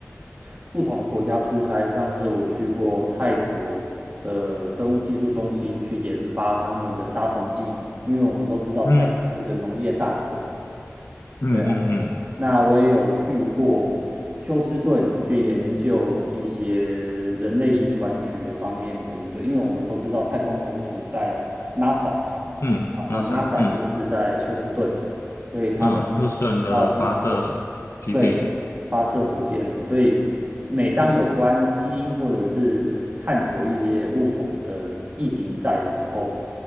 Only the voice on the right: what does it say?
出不同的国家出差，像是我去过泰国的生物技术中心去研发他们的杀虫剂，因为我们都知道泰这个农业大国。
对。那我也有去过休斯顿去研究一些人类遗传学方面的研究，因为我们都知道太空总署在 NASA，
然后
NASA
就是在休斯顿，所以他们
要一些
对发射火箭的，所以每当有关基因或者是探索一些物种的议题在的时候，